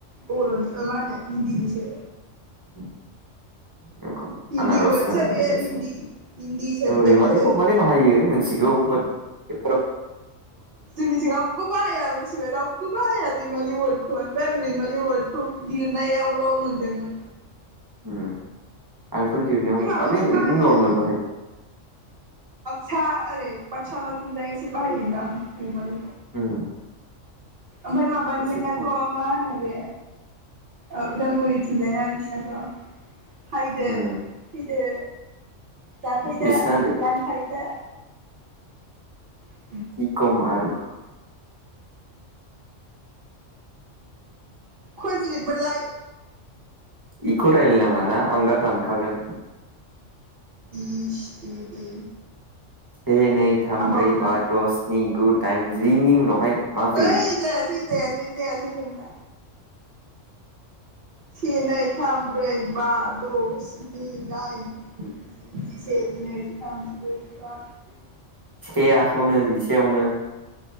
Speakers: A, on the right; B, on the right.
A: बरनि ओ मानो? हिन्दी नि सो
B: उम नंगौ
A: हिन्दी
B: आनारस
A: वर्डसो
B: होन
A: बेयो हिन्दी हिन्दी सोदोबसो
B: रैमालिखौ माने बाहायो मिथिगौ होद एफाराब
A: जोंनिथिं रावबो बाहाया मिथिबाय रावबो बाहाया रैमालि अवार्डखौ ओमफ्राय आं रैमालि, बे अवार्ड खौ लिरनायावल' मोनदोंमोन,
B: उम आंथ' लिरनायाव
A: बे माबायावसो
B: माने
A: बाहायो
B: ओरैनो नरमेल बाहायो
A: सा ओरै पाठसाला थिंजाय एसे बाहायगोनदां रैमालि,
B: उम
A: ओमफ्राय माबानियाथ'
B: एसे खम
A: मा होनो बे ओ उदालगुरि थिंजायना बिस्वनाथना हायदो
B: उम
A: फैदो जाफैदो
B: बिसिना बेलेग
A: लांफैदो <unintelligible>
B: <unintelligible>
A: खय मिनिट मोनलाय
B: इखौ रायलाय नङााना आं दा दानखागोन,
A: इस दे दे
B: से नै थाम
A: हामबावो
B: ब्रै बा
A: आं
B: द' स्नि गुड दाइनजिनि उनावहाय मा फैयो
A: ओइ जायासै, जायासै जायासै नोंना, से नै थाम ब्रै बा द' स्नि दाइन गु जिसे जिनै जिथाम जिब्रै जिबा
B: ए आखौनो जिसेयावनो